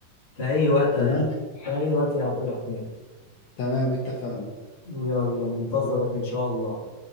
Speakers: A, on the left; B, on the left.
A: في أي وقت
B: تمام
A: في أي وقت يا عبد الرحمن
B: تمام اتفقنا
A: يلا منتظرك إن شاء الله